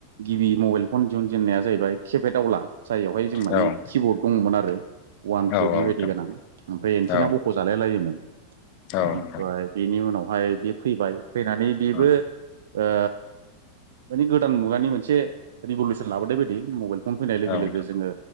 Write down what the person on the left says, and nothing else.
औ नोंथां औ नोंथां उम
औ
नोंथां
औ
औ
नोंथां
औ
नोंथां औ नोंथां औ नोंथां